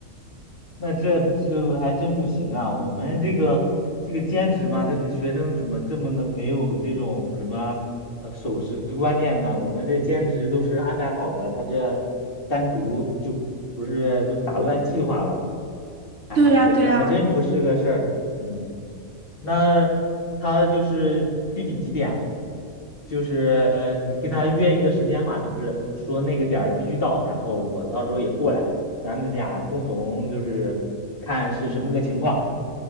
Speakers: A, on the left; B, on the right.
A: 那这这还真不行啊！我们这个这个兼职嘛，这个学生怎么这么能没有这种什么呃守时观念呢？我们这兼职都是安排好的，他这单独就不是就打乱计划了吗？哎，
B: 对呀，
A: 这这还真不是个事儿。
B: 对呀，
A: 嗯，那他就是具体几点？就是呃，你跟他约一个时间嘛，就是说那个点儿必须到，然后我到时候也过来，咱们俩共同就是看是什么个情况。